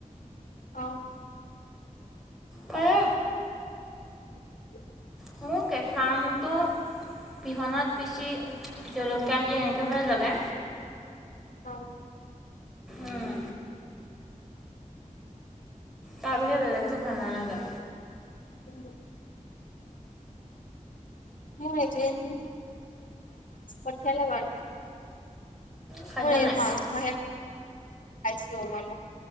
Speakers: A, on the left; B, in the centre.
A: অ',।
B: মানে
A: <inaudible>
B: <unintelligible> কেঁচা আমটো পিহনাত পিচি জলকীয়া দি এনেকে ভাল লাগে।
A: অ',
B: উম, তাৰ বাহিৰে বেলেগ কে ভাল নালাগে।
A: <inaudible> <unintelligible> ঘৰৰ পৰা <unintelligible> পঠিয়ালে বাৰু।
B: খাইছা
A: মোৰ এই
B: নাই?
A: মাংস <inaudible> <unintelligible> বৰ